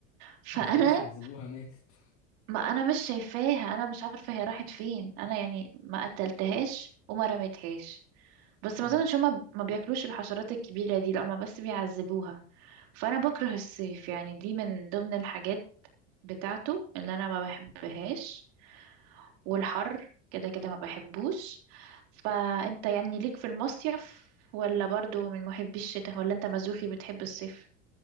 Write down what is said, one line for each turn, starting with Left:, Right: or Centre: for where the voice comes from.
Right: فانا
Left: ما خلاص عذبوها ماتت
Right: ما انا مش شايفاها انا مش عارفه هي راحت فين انا يعني ما قتلتهاش وما رميتهاش بس
Left: اه
Right: ما اظنش هما ما بياكلوش الحشرات الكبيره دي لا هما بس بيعذبوها فانا بكره الصيف يعني دي من ضمن الحاجات بتاعته اللي انا ما بحبهاش والحر كده كده ما بحبوش فانت يعني ليك في المصيف ولا برضو من محبي الشتاء ولا انت مزوخي بتحب الصيف